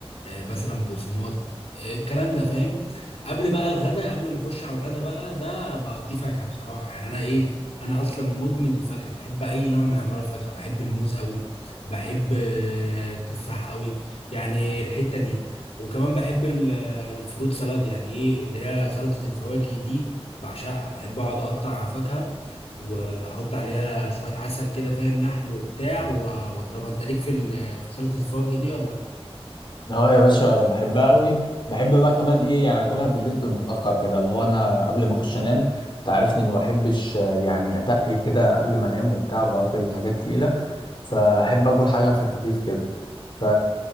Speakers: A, on the left (about 75°); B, on the left (about 50°).
A: آه، مثلا بقسماط آه، الكلام ده فاهم قبل بقى الغدا قبل ما اخش على الغدا بقى ده بقضيه فاكهه بصراحه يعني انا ايه انا اصلا مدمن الفاكهه بحب اي نوع من انواع الفاكهه بحب الموز قوي بحب آه، التفاح قوي يعني الحته دي وكمان بحب ال- آه، الفروت سلاد يعني ايه اللي هي سلطه الفواكه دي بعشقها بحب اقعد اقطع فاكهه واحط عليها شويه عسل كده فاهم نحل وبتاع و- واضربها انت ليك في ال- في سلطه الفواكه دي ولا لا
B: اه يا باشا بحبها قوي بحب بقى كمان ايه يعني اكلها بالليل في المتاخر كده اللي هو انا قبل ما اخش انام تعرفني ما بحبش آه، يعني اتقل كده قبل ما انام وبتاع باكل حاجات تقيله فاحب اكل حاجه في الخفيف كده ف...